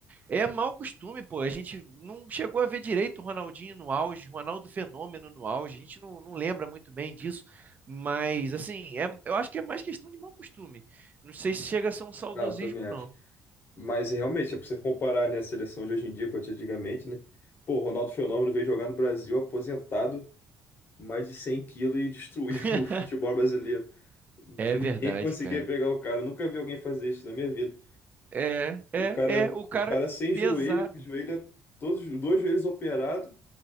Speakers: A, on the right; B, on the left.
A: é mau costume, pô. A gente não chegou a ver direito o Ronaldinho no auge, o Ronaldo Fenômeno no auge. A gente não, não lembra muito bem disso. Mas, assim, é, eu acho que é mais questão de mau costume. Não sei se chega a ser um saudosismo,
B: Ah, eu também acho.
A: não.
B: Mas realmente, é pra você comparar, né, a seleção de hoje em dia com a de antigamente, né? Pô, o Ronaldo Fenômeno veio jogar no Brasil aposentado, mais de 100 quilos e destruiu
A: <laughs>
B: <laughs> o futebol brasileiro. Não
A: É
B: tinha
A: verdade,
B: ninguém que conseguia
A: cara.
B: pegar o cara. Nunca vi alguém fazer isso na minha vida.
A: É,
B: O
A: é,
B: cara,
A: é. O cara
B: o cara sem
A: pesado.
B: joelho, com o joelho, todos os dois joelhos operados,